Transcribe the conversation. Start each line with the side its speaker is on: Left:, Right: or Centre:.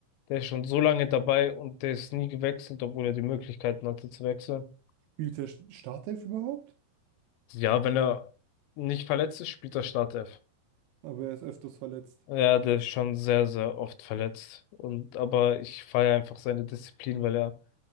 Left: der ist schon so lange dabei und der ist nie gewechselt, obwohl er die Möglichkeiten hatte zu wechseln.
Right: Spielt der Startelf überhaupt?
Left: Ja, wenn er nicht verletzt ist, spielt er Startelf.
Right: Aber er ist öfters verletzt.
Left: Ja, der ist schon sehr, sehr oft verletzt. Und aber ich feiere einfach seine Disziplin, weil er